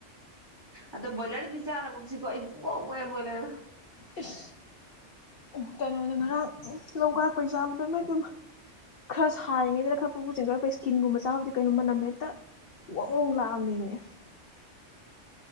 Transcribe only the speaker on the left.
ꯏꯁꯁ ꯎꯝ ꯀꯩꯅꯣꯅꯦ ꯉꯔꯥꯡ ꯂꯧ ꯀꯠꯂꯛꯄꯩ ꯆꯥꯕꯗꯣ ꯏꯃꯩ ꯈꯔ ꯁꯥꯔꯤꯉꯩꯗꯅ ꯈꯔ ꯄꯨ ꯄꯨ ꯆꯦꯟꯒꯠꯂꯛꯄꯩ ꯏꯁꯀꯤꯟꯒꯨꯝꯕ ꯆꯥꯕꯗꯤ ꯀꯩꯅꯣ ꯃꯅꯝ ꯍꯦꯛꯇ ꯋꯥꯡꯋꯣꯡ ꯂꯥꯛꯑꯝꯅꯦ